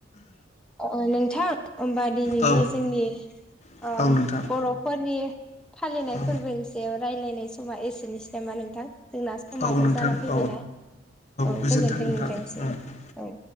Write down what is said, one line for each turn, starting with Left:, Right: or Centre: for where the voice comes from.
Centre: औ अ नोंथां होनबा दिनैनि
Left: औ
Centre: जोंनि
Left: औ
Centre: ओम
Left: नोंथां
Centre: बर'फोरनि फालिनाय
Left: औ
Centre: फोरबोनि सायाव रायलायनाय समा एसेनोसै नामा नोंथां जोंना समाबो
Left: औ नोंथां
Centre: जाना फैबायना
Left: औ
Centre: औ
Left: गोजोन्थों
Centre: गोजोनथों
Left: नोंथां
Centre: नोंथांनिसिम औ।